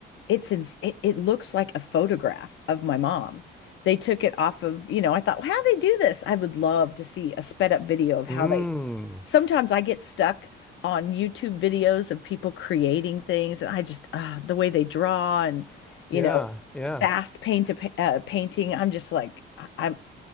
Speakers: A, on the left; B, in the centre.
A: It's in, it, it looks like a photograph of my mom. They took it off of, you know, I thought, well, how do they do this? I would love to see a sped up video of
B: Mm.
A: how Mm. they Sometimes I get stuck on YouTube videos of people creating things, and I just uh, the way they draw and you
B: Yeah,
A: know
B: yeah.
A: fast paint to pa- uh, painting. I'm just like I- I'm.